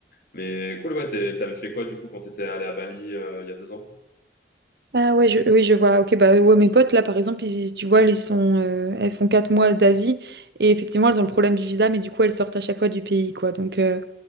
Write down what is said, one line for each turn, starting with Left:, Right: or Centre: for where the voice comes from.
Left: Mais cool, ouais, t'es- t'avais fait quoi du coup quand t'étais allé à Bali euh, il y a deux ans?
Right: ah ouais, je, oui, je vois. Ok, bah ouais, mes potes là, par exemple, ils- tu vois, elles sont, euh, elles font quatre mois d'Asie et effectivement, elles ont le problème du visa, mais du coup, elles sortent à chaque fois du pays, quoi. Donc. euh,